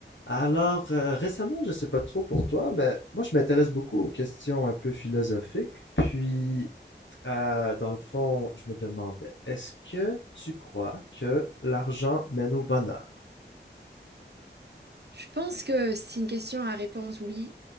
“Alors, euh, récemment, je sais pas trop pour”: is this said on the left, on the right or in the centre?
Left